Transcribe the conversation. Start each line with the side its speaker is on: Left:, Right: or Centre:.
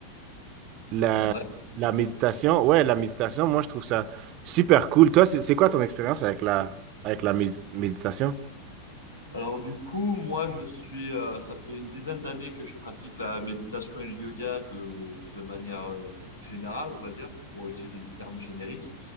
Right: la,
Left: Ouais.
Right: la méditation, ouais, la méditation, moi, je trouve ça super cool. Toi, c'est c'est quoi ton expérience avec la, avec la mé- méditation?
Left: Alors du coup, moi, je suis, euh, ça fait une dizaine d'années que je pratique la méditation et le yoga de, de manière euh, générale, on va dire, pour utiliser des termes génériques.